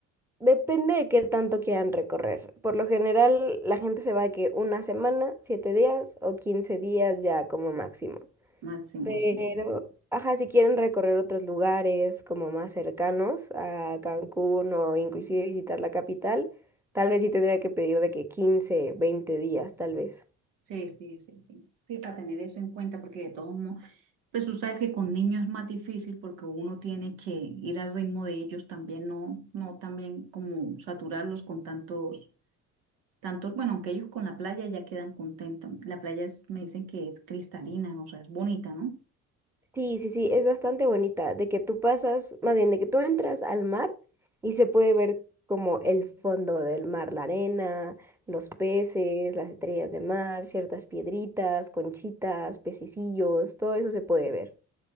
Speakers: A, in the centre; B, on the right.
A: depende de qué tanto quieran recorrer. Por lo general, la gente se va de que una semana, siete días o quince días ya como máximo.
B: Máximo,
A: Pero,
B: sí.
A: ajá, si quieren recorrer otros lugares como más cercanos a Cancún o inclusive visitar la capital, tal vez sí tendría que pedir de que 15, 20 días, tal vez.
B: Sí, sí, sí, sí. Sí, para tener eso en cuenta, porque de todos modos. Pues tú sabes que con niños es más difícil porque uno tiene que ir al ritmo de ellos también, no, no también como saturarlos con tantos, tantos, bueno, aunque ellos con la playa ya quedan contentos. La playa es- me dicen que es cristalina, o sea, es bonita, ¿no? O
A: Sí, sí, sí, es bastante bonita, de que tú pasas, más bien de que tú entras al mar y se puede ver como el fondo del mar, la arena, los peces, las estrellas de mar, ciertas piedritas, conchitas, pececillos, todo eso se puede ver.